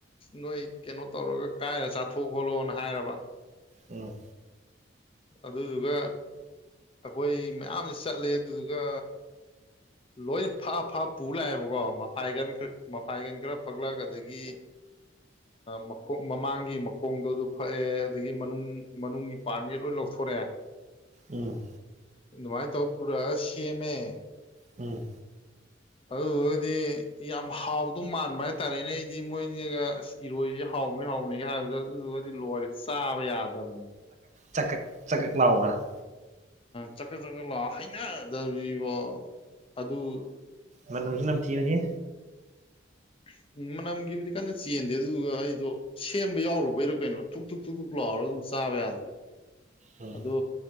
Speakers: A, on the left; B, on the right.
A: ꯅꯣꯏ ꯀꯩꯅꯣ ꯇꯧꯔꯒ ꯀꯥꯏꯔ ꯆꯥꯊꯣꯛ ꯈꯣꯠꯂꯣꯅ ꯍꯥꯏꯔꯕ
B: ꯎꯝ
A: ꯑꯗꯗꯨꯒ ꯑꯩꯈꯣꯏ ꯃꯌꯥꯝꯅ ꯆꯠꯂꯦ ꯑꯗꯨꯗꯨꯒ ꯂꯣꯏ ꯐ ꯐ ꯄꯨ ꯂꯥꯛꯑꯦꯕꯀꯣ ꯃꯄꯥꯏꯒꯟ ꯃꯄꯥꯏꯒꯟ ꯈꯔ ꯐꯛꯂꯛ ꯑꯗꯒꯤ ꯃꯈ ꯃꯃꯥꯡꯒꯤ ꯃꯈꯣꯡꯗꯣ ꯑꯗꯨ ꯐꯛꯑꯦ ꯑꯗꯒꯤ ꯃꯅꯨꯡ ꯃꯅꯨꯡꯒꯤ ꯄꯥꯟꯒꯦ ꯂꯣꯏ ꯂꯧꯊꯣꯛ ꯁꯣꯔꯦ
B: ꯎꯝ
A: ꯏ ꯃꯥ ꯇꯧꯔꯁꯌꯃꯦ
B: ꯎꯝ
A: ꯑꯗꯨꯗꯨꯒꯗꯤ ꯌꯥꯝ ꯍꯥꯎꯗ ꯃꯥꯟꯕ ꯍꯥꯏꯇꯥꯔꯦꯅꯦ ꯑꯩꯗꯤ ꯃꯣꯏꯅꯤꯒ ꯑꯁ ꯏꯔꯣꯏ ꯍꯥꯎꯅꯤ ꯍꯥꯎꯅꯤꯒ ꯍꯥꯏꯕꯗꯣ ꯑꯗꯨꯗꯨꯒꯗꯤ ꯂꯣꯏꯔꯦ ꯆꯥꯕ ꯌꯥꯗꯕꯅꯦꯕ
B: ꯆꯀ ꯆꯀ ꯅꯅꯥꯎꯕ
A: ꯆꯀ ꯆꯀꯠ ꯂꯥꯛ ꯍꯩꯅꯗꯕꯤꯔꯤꯕꯣ ꯑꯗꯨ
B: ꯃꯁ ꯂꯝ ꯊꯕꯅꯤꯦ
A: <inaudible> ꯎꯝ ꯃꯅꯝꯒꯤꯕꯨꯗꯤ ꯀꯟꯅ ꯆꯦꯟꯗꯦ ꯑꯗꯨꯗꯨꯒ ꯑꯩꯗꯣ ꯁꯦꯝꯕ ꯌꯥꯎꯔꯨꯕꯩꯔꯥ ꯀꯩꯅꯣ ꯊꯨ ꯊꯨꯛ ꯊꯨꯛ ꯊꯨ ꯂꯥꯛꯑꯣꯔ ꯑꯗꯨꯝ ꯆꯥꯕ ꯌꯥꯗ꯭ꯔꯦ
B: ꯎꯝ
A: ꯑꯗꯨ